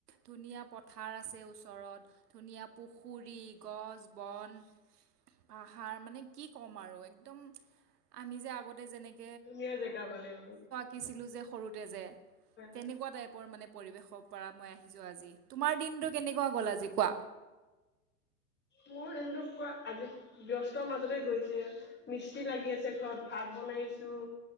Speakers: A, on the right; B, on the left.
A: ধুনীয়া পথাৰ আছে ওচৰত ধুনীয়া পুখুৰী, গছ, বন, পাহাৰ মানে কি ক'ম আৰু এক দম আমি যে আগতে যেনেকে
B: ধুনীয়া জেগা বুলে, উম।
A: কিছিলোঁ যে সৰুতে যে,
B: হয়
A: তেনেকুৱা টাইপৰ মানে পৰিৱেশৰ পৰা মই আহিছোঁ আজি, তোমাৰ দিনটো কেনেকুৱা গ'ল আজি কোৱা?
B: মোৰ দিনটো পুৰা আজি ব্যস্তৰ মাজতে গৈছে, মিস্ত্ৰী লাগি আছে ঘৰত, ভাত বনাইছোঁ